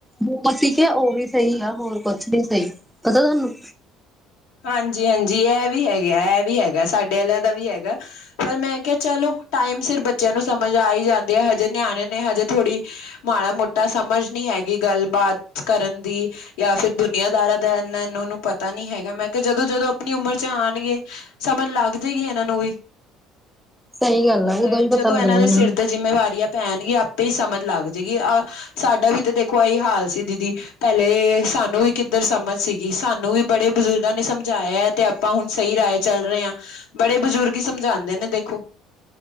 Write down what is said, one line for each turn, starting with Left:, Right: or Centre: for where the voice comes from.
Centre: ਜੋ ਅਸੀਂ ਕੇਆ ਓਹੀ ਸਈ ਆ, ਹੋਰ ਕੁਛ ਨੀ ਸਈ ਪਤਾ ਤੁਆਨੂੰ?
Left: ਹਾਂਜੀ-ਹਾਂਜੀ ਐ ਵੀ ਹੈਗਾ, ਐ ਵੀ ਹੈਗਾ ਸਾਡੇ ਵਾਲਿਆਂ ਦਾ ਵੀ ਹੈਗਾ। ਪਰ ਮੈਂ ਕੇਆ ਚਲੋ ਟਾਈਮ ਸਿਰ ਬੱਚੇਆਂ ਨੂੰ ਸਮਝ ਆ ਈ ਜਾਂਦੀ ਐ ਹਜੇ ਨਿਆਣੇ ਨੇ ਹਜੇ ਥੋੜ੍ਹੀ ਮਾੜਾ ਮੋਟਾ ਸਮਝ ਨੀ ਹੈਗੀ ਗੱਲਬਾਤ ਕਰਨ ਦੀ। ਜਾਂ ਫਿਰ ਦੁਨੀਆਂਦਾਰਾਂ ਦਾ ਐਨਾ ਏਨਾਂ ਨੂੰ ਪਤਾ ਨੀ ਹੈਗਾ ਮੈਂ ਕਿ ਜਦੋਂ-ਜਦੋਂ ਅਪਨੀ ਉਮਰ 'ਚ ਆਨਗੇ ਸਮਝ ਲੱਗ ਜੇਗੀ ਏਨਾਂ ਨੂੰ ਵੀ।
Centre: ਸਹੀ ਗੱਲ
Left: ਜਦ
Centre: ਆ ਉਦੋਂ ਹੀ ਪਤਾ
Left: ਜਦੋਂ
Centre: ਲੱਗਣਾ
Left: ਏਨਾਂ ਦੇ
Centre: ਇਹਨਾਂ
Left: ਸਿਰ
Centre: ਨੂੰ
Left: ਤੇ ਜਿੰਮੇਵਾਰੀਆਂ ਪੈਨਗੀਆਂ ਆਪੇ ਈ ਸਮਝ ਲੱਗ ਜੇਗੀ, ਆਹ ਸਾਡਾ ਵੀ ਤਾਂ ਦੇਖੋ ਐਈ ਹਾਲ ਸੀ ਦੀਦੀ। ਪੈਲੇ ਸਾਨੂੰ ਵੀ ਕਿੱਧਰ ਸਮਝ ਸੀਗੀ ਸਾਨੂੰ ਵੀ ਬੜੇ ਬਜ਼ੁਰਗ ਗਾਂ ਨੇ ਸਮਝਾਇਆ ਤੇ ਆਪਾਂ ਹੁਨ ਸਹੀ ਰਾਏ ਚੱਲ ਰੇ ਆਂ। ਬੜੇ ਬਜ਼ੁਰਗ ਈ ਸਮਝਾਂਦੇ ਨੇ ਦੇਖੋ